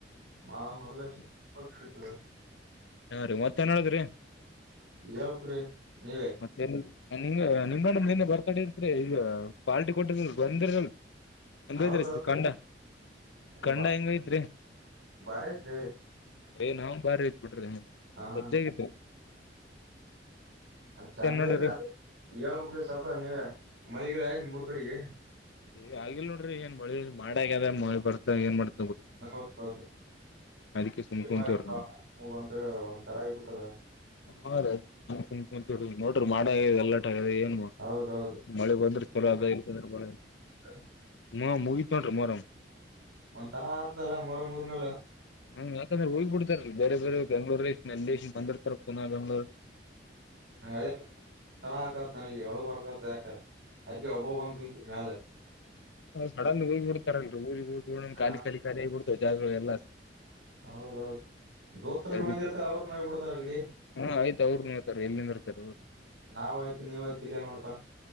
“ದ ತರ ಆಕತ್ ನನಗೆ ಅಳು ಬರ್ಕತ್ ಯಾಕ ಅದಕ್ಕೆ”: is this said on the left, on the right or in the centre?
Right